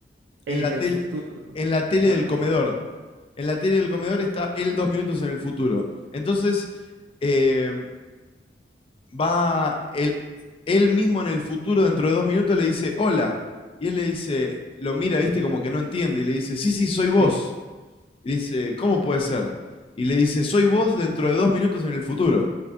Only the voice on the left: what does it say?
en la
tele,
en la tele
del comedor. En la tele del comedor está él dos minutos en el futuro. Entonces, eh, va él, él mismo en el futuro, dentro de dos minutos, le dice, hola. Y él le dice, lo mira, viste, como que no entiende. Y le dice, sí, sí, soy vos.
Y le dice, ¿cómo puede ser? Y le dice, soy vos dentro de dos minutos en el futuro.